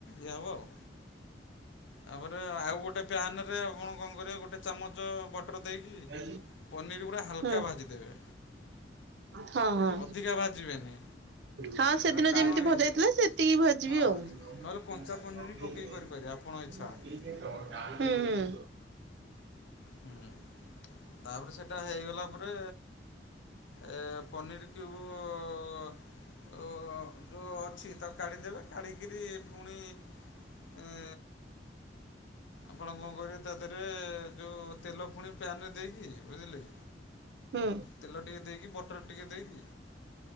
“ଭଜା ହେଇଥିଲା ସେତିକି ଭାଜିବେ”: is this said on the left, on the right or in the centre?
Right